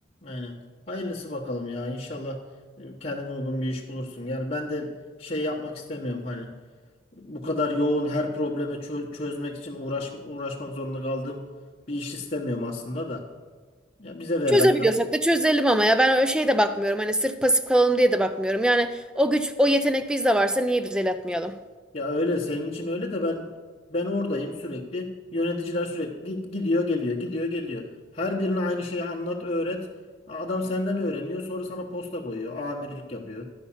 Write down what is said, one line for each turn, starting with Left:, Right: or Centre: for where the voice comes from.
Left: Aynen. Hayırlısı bakalım ya. İnşallah e, kendine uygun bir iş bulursun. Yani ben de şey yapmak istemiyorum hani bu kadar yoğun her problemi çö- çözmek için uğraş uğraşmak zorunda kaldığım bir iş istemiyorum aslında da. Ya bize verilen
Centre: Çözebiliyorsak da çözelim ama ya ben öyle şeye de bakmıyorum. Hani sırf pasif kalalım diye de bakmıyorum. Yani o güç, o yetenek bizde varsa niye biz el atmayalım?
Left: Ya öyle senin için öyle de ben ben oradayım sürekli. Yöneticiler sürekli git, gidiyor geliyor gidiyor geliyor. Her birine aynı şeyi anlat öğret. Adam senden öğreniyor sonra sana posta koyuyor. Amirlik yapıyor.